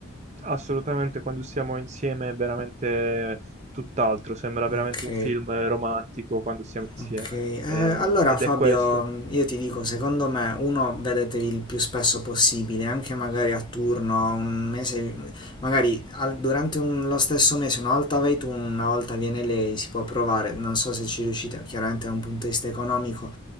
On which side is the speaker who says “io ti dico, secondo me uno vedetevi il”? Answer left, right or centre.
Left